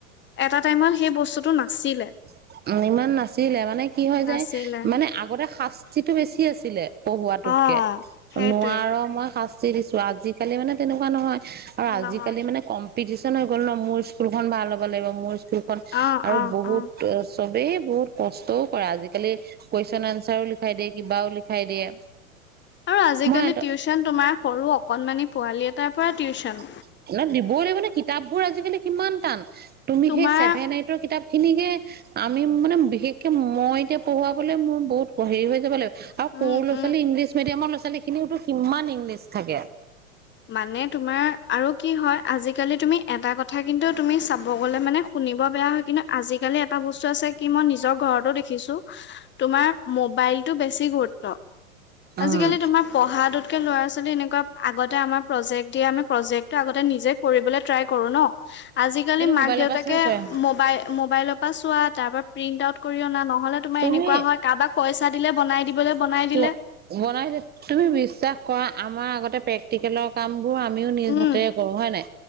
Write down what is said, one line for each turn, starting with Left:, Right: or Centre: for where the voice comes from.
Left: এটা টাইমত সেই বস্তুটো নাছিলে।
Right: <unintelligible> ইমান নাছিল। <unintelligible> মানে কি হয়
Left: নাছিলে
Right: যায় মানে আগতে শাস্তিটো বেছি আছিলে পঢ়ুৱটোতকে
Left: অ', সেইটোৱে
Right: নোৱাৰ মই শাস্তি <unintelligible> আজিকালি মানে তেনেকুৱা নহয় আৰু
Left: অ',
Right: আজিকালি
Left: নহয়
Right: মানে কম পিটিচন হৈ গ'ল ন মোৰ স্কুলখন ভাল হ'ব লাগিব মোৰ সেইখন
Left: অ',
Right: আৰু
Left: অ',
Right: বহুত
Left: অ',
Right: চবেই বহুত কষ্টও কৰে আজিকালি কুৱেশন আনচাৰও লিখাই দিয়ে কিবাও লিখাই দিয়ে।
Left: আৰু আজিকালি
Right: মই
Left: টিউচন তোমাৰ সৰু অকনমানি পোৱালি এটাৰ পৰা টিউশচন
Right: <unintelligible> দিবই লাগিব ন কিতাপ বোৰ আজিকালি কিমান টান <unintelligible> তুমি
Left: তোমাৰ
Right: সেই ছেভেন এইটৰ কিতাপ খিনিকে আমি মানে বিশেষকে মই এতিয়া পঢ়ুৱাবলৈ মোৰ বহুত হেৰি হৈ যাব লাগিব। আৰু
Left: উম,
Right: সৰু'ৰা
Left: উম,
Right: ছাল ইংলিছ <unintelligible> ল'ৰা ছোৱালী খিনিটো কিমান ইংলিছ থাকে।
Left: মানে তোমাৰ আৰু কি হয় আজিকালি তুমি এটা কথা কিন্তু তুমি চাব গলে মানে শুনিব বেয়া হয় কিন্তু আজিকালি এটা বস্তু আছে কি মই নিজৰ ঘৰতো দেখিছো তোমাৰ মোবাইলতটো বেছি গুৰুত্ব
Right: উম
Left: আজিকালি তোমাৰ পঢ়াটোত ল'ৰা ছোৱালী এনেকুৱা আগত আমাৰ প্ৰজেক্ট দিয়ে আমি প্ৰজেক্টটো আগতে নিজে কৰিবলে ট্ৰাই কৰো ন আজিকালি মাক
Right: মোবাইলৰ
Left: দেউতাকে
Right: পৰা চাই কৰে
Left: মবাই মবাইলত চোৱা তাৰ পৰা প্ৰিন্ট আউট কৰি অনা ন নহ'লে তোমাৰ
Right: তুমি
Left: এনেকুৱা হয় কাৰোবাক <unintelligible>
Right: <unintelligible>
Left: বনাই দিলে
Right: তুমি বিশ্বাস কৰা আমাৰ আগতে প্ৰেক্টিকেলৰ কাম <unintelligible> আমিও নিজ
Left: উম
Right: হাতেৰে কৰো হয়ে নাই